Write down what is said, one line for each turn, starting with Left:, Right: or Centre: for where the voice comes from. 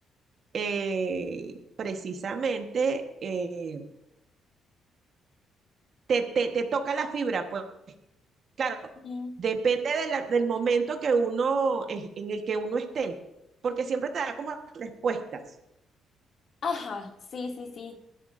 Right: eh, precisamente eh, te, te, te toca la fibra, pues. Claro,
Left: Sí.
Right: depende de la- del momento que uno, es- en el que uno esté, porque siempre te da como respuestas.
Left: Ajá, sí, sí, sí.